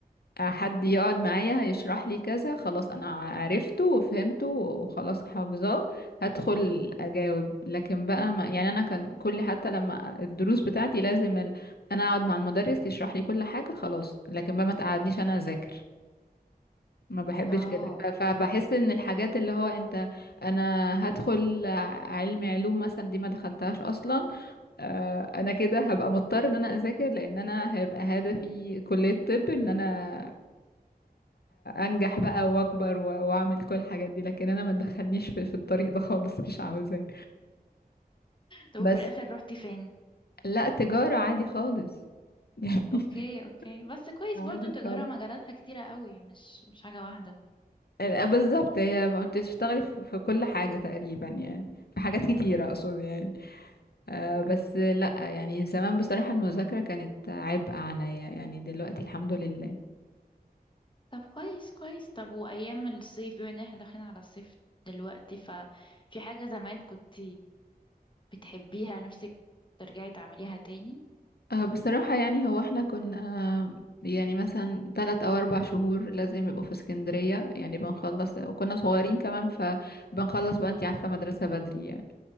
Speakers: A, on the left (about 75°); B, on the left (about 30°).
A: حد يقعد معايا هيشرح لي كذا خلاص انا عرفته وفهمته وخلاص حافظاه هدخل اجاوب لكن بقى ما يعني انا كان كل حتى لما الدروس بتاعتي لازم ال... انا اقعد مع المدرس يشرح لي كل حاجة خلاص لكن بقى ما تقعدنيش انا اذاكر ما بحبش
B: اه
A: كده ف- فبحس ان الحاجات اللي هو انت انا هدخل علمي علوم مثلا دي ما دخلتهاش اصلا آه، انا كده هبقى مضطر ان انا اذاكر لان انا هيبقى هدفي كلية طب ان انا انجح بقى واكبر و- واعمل كل الحاجات دي لكن انا ما تدخلنيش في, في الطريق ده خالص مش عاوزاه
B: طب
A: بس
B: وفي الاخر روحتي فين
A: لا تجارة عادي خالص <laughs> يعني
B: اوكي اوكي بس كويس
A: عادي
B: برضو التجارة
A: خالص
B: مجالاتها كتيرة قوي مش مش حاجة واحدة
A: ال- بالظبط هي ما بتشتغلي في في كل حاجة تقريبا يعني في حاجات كتيرة اقصد يعني آه بس لا يعني زمان بصراحة المذاكرة كانت عبء عليا يعني دلوقتي الحمد لله
B: طب كويس كويس طب وايام الصيف بما ان احنا داخلين على الصيف دلوقتي ففي حاجة زمان كنت بتحبيها نفسك ترجعي تعمليها تاني
A: آه، بصراحة يعني هو احنا كنا يعني مثلا تلات أو أربع شهور لازم يبقوا في اسكندرية يعني بنخلص وكنا صغيرين كمان فبنخلص بقى انتي عارفة مدرسة بدري يعني